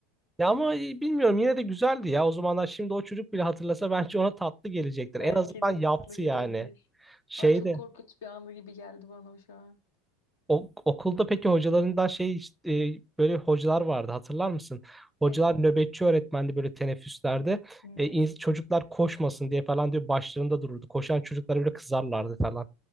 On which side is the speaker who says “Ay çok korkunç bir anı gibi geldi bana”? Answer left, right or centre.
Left